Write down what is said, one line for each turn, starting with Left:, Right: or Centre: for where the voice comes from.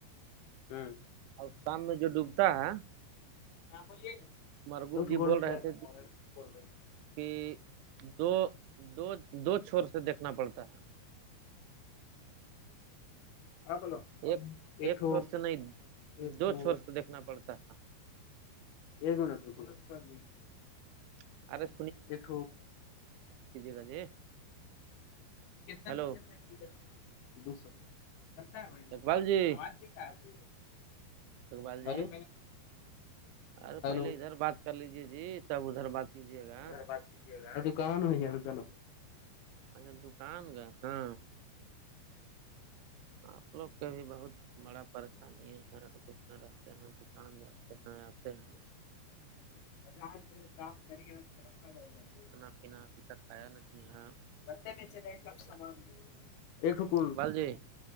Left: ہوں
Right: اور کام میں جو ڈوبتا ہے
Left: و
Right: مرگوب
Left: لٹ
Right: جی
Left: گولڈ
Right: بول
Left: فلگ
Right: رہے تھے کہ
Left: اورج کوڈ ڈک <unintelligible>
Right: کہ دو دو دو چور سے دیکھنا پڑتا ہے
Left: ہاں بولو
Right: ہے ایک
Left: ایکٹ
Right: ایک
Left: <unintelligible>
Right: چھور سے نہیں
Left: ایک
Right: دو
Left: تو
Right: چھور سے دیکھنا پڑتا ہے
Left: ایک تونا <unintelligible>
Right: <unintelligible> اور
Left: ایک
Right: گا جی
Left: <inaudible>
Right: ہلو
Left: دو سو چلتا ہے بڑھیا
Right: اقبال جی
Left: آواز کے س <inaudible>
Right: اقبال جی
Left: ہلو
Right: ارے
Left: ہلو
Right: پہلے ادھر بات کر لیجے جی تب ادھر بات کیجیے گا
Left: <inaudible> ب ا کہان نہیںتا ن
Right: اچھا دکان کا ہاں آپ لوگ کو بھی بہت بڑا پریشانی ہے آتے ہیں دکان جاتے ہیں آتے ہیں
Left: ا آ سپ کر کڑپ آا <inaudible>
Right: کھانا پینا ابھی تک آیا نہیں ہے
Left: رتے بیچ رہے کہ آپ سامان ایکک
Right: اقبال جی